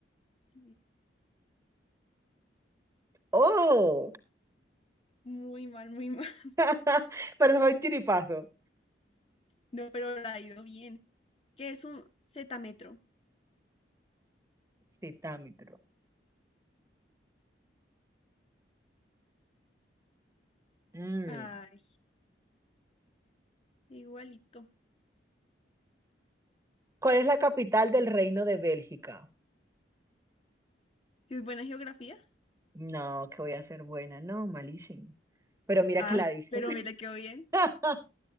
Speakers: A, on the left; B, on the right.
A: Sí.
B: ¡Oh!
A: Muy mal, muy mal. <laughs>
B: <laughs> Pero soy chiripazo.
A: No, pero la ha ido bien. ¿Qué es un zetámetro?
B: Citámitro. Mm.
A: Ay, igualito.
B: ¿Cuál es la capital del Reino de Bélgica?
A: Si es buena geografía?
B: No, que voy a ser buena. No, malísimo. Pero mira
A: Ah,
B: que la dije.
A: pero mira, quedó bien.
B: <laughs>